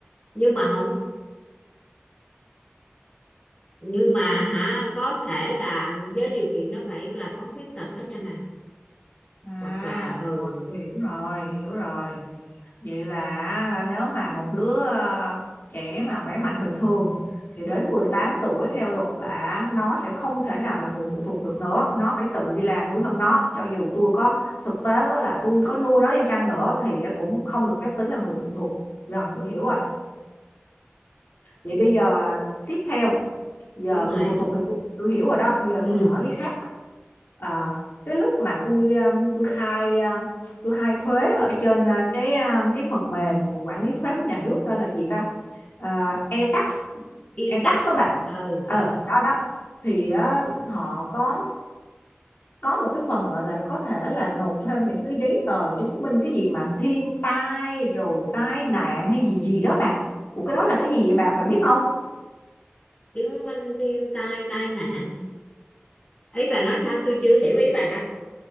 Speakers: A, on the left; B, on the left.
A: nhưng mà không nhưng mà hả có thể là với điều kiện nó phải là có khuyết tật đó nha bà
B: À
A: hoặc là ừ
B: rồi tôi hiểu rồi hiểu rồi vậy là à, nếu mà một đứa à, trẻ mà khỏe mạnh bình thường thì đến 18 tuổi theo luật là nó sẽ không thể nào là người phụ thuộc được nữa nó phải tự đi làm nuôi thân nó cho dù tôi có thực tế có là tôi có nuôi nó đi chăng nữa thì à, cũng không được phép tính là người phụ thuộc rồi tôi hiểu rồi vậy bây giờ à, tiếp theo giờ
A: đúng rồi
B: người phụ thuộc thì tôi, tôi hiểu rồi đó bây giờ
A: ừ
B: tôi hỏi cái khác Ờ, cái lúc mà tôi um, tôi khai um, tôi khai thuế ở trên uh, cái um, cái phần mềm quản lý thuế của nhà nước tên là gì ta uh, e-tax
A: y
B: e-tax
A: tắc
B: đó bà
A: ừ
B: ờ đó đó thì á, họ có có một cái phần gọi là có thể là nộp thêm những cái giấy tờ chứng minh cái gì mà thiên tai rồi tai nạn hay gì gì đó bà Ủa cái đó là cái gì vậy bà bà biết không
A: chứng minh thiên tai tai nạn ý bà nói sao tôi chưa hiểu ý bà lắm